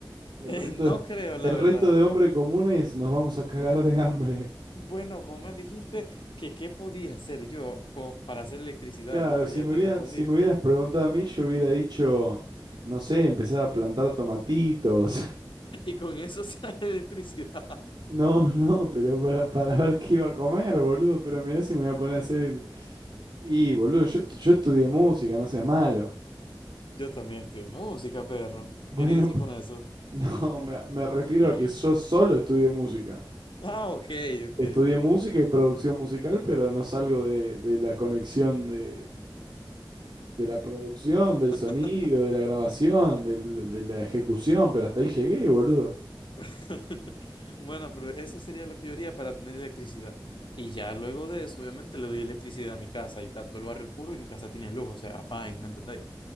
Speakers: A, on the right (about 70°); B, on the left (about 80°).
A: El
B: Eh,
A: resto
B: no
A: de,
B: creo, la
A: el
B: verdad.
A: resto de hombres comunes nos vamos a cagar de hambre.
B: Bueno, vos me dijiste que qué podía hacer yo co- para hacer electricidad
A: Claro,
B: y bueno,
A: si
B: ya
A: me
B: te
A: hubieras
B: respondí.
A: si me hubieras preguntado a mí, yo hubiera dicho, no sé, empezar a plantar tomatitos. <laughs>
B: <laughs> Y con eso <laughs> se hace electricidad.
A: No, no, pero para, para ver qué iba a comer, boludo. Pero mirá si me voy a poner a hacer. Y, boludo, yo, estu- yo estudié música, no seas malo.
B: Yo también estudio música, perro. ¿Qué
A: Bueno,
B: quería decir
A: pe-
B: con eso?
A: <laughs> no, me, me refiero
B: <clears throat>
A: a que yo solo estudié música.
B: Ah, ok, ok,
A: Estudié
B: ok.
A: música y producción musical, pero no salgo de, de la conexión de, de la producción, del
B: <laughs>
A: sonido, de la grabación, del- de la ejecución, pero hasta ahí llegué, boludo.
B: <laughs> Bueno, pero eso sería lo que yo haría para tener electricidad. Y ya luego de eso, obviamente, le doy electricidad a mi casa y está todo el barrio oscuro y mi casa tiene luz, o sea, fine, ¿me entendéis?